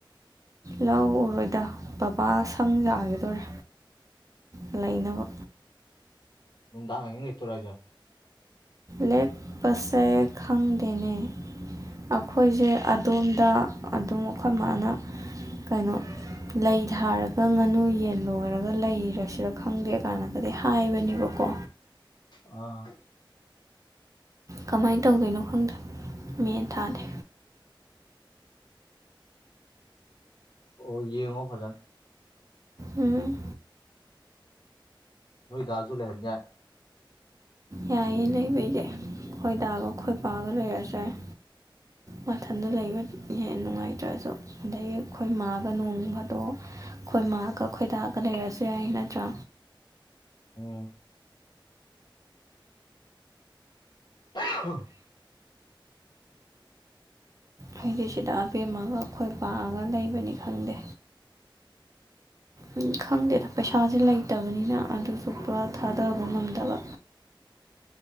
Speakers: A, on the right; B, on the left.
A: ꯂꯧ ꯎꯔꯣꯏꯗ ꯕꯕꯥ ꯁꯪ ꯁꯥꯒꯤꯗꯣꯔꯦ ꯂꯩꯅꯕ
B: ꯅꯨꯡꯗꯥꯡ ꯑꯍꯤꯡ ꯂꯩꯛꯇꯣꯏꯔꯥ ꯍꯥꯏꯖꯦ
A: ꯂꯦꯛ ꯄꯁꯦ ꯈꯪꯗꯦꯅꯦ ꯑꯩꯈꯣꯏꯁꯦ ꯑꯗꯣꯝꯗ ꯑꯗꯨꯝ ꯑꯩꯈꯣꯏ ꯃꯥꯅ ꯀꯩꯅꯣ ꯂꯩ ꯊꯥꯔꯒ ꯉꯥꯅꯨ ꯌꯦꯟ ꯂꯣꯏꯔꯒ ꯂꯩꯔꯁꯤꯔ ꯈꯪꯗꯦ ꯀꯥꯟꯅꯒꯗꯤ ꯍꯥꯏꯕꯅꯦꯕꯀꯣ
B: ꯑ
A: ꯀꯃꯥꯏꯅ ꯇꯧꯗꯣꯏꯅꯣ ꯈꯪꯗꯦ ꯃꯦꯟ ꯇꯥꯗꯦ
B: ꯑꯣ ꯌꯦꯡꯉꯣ ꯐꯖꯅ
A: ꯎꯝ
B: ꯅꯣꯏ ꯗꯥꯖꯨ ꯂꯩꯍꯟ ꯌꯥꯏ
A: ꯌꯥꯏꯌꯦ ꯂꯩꯕꯩꯗꯤ ꯈꯣꯏꯗꯥꯒ ꯈꯣꯏꯄꯥꯒ ꯂꯩꯔꯁꯨ ꯌꯥꯏ꯫ ꯃꯊꯟꯗ ꯂꯩꯕ ꯍꯦꯟꯅ ꯅꯨꯡꯉꯥꯏꯇ꯭ꯔꯁꯨ꯫ ꯑꯗꯒꯤ ꯈꯣꯏ ꯃꯥꯒ ꯅꯣꯡꯕꯗꯣ ꯈꯣꯏ ꯃꯥꯒ ꯈꯣꯏꯗꯥꯒ ꯂꯩꯔꯁꯨ ꯌꯥꯏ ꯅꯠꯇ꯭ꯔꯥ?
B: ꯎꯝ ꯎ
A: ꯑꯩꯗꯤ ꯁꯤꯗ ꯑꯕꯦꯝꯃꯒ ꯑꯩꯈꯣꯏ ꯕꯥꯒ ꯂꯩꯕꯅꯤ ꯈꯪꯗꯦ꯫ ꯎꯝ ꯈꯪꯗꯦꯗ ꯄꯩꯁꯥꯁꯦ ꯂꯩꯇꯕꯅꯤꯅ ꯑꯗꯨꯁꯨ ꯄꯨꯔꯥ ꯊꯥꯗꯕ ꯉꯝꯗꯕ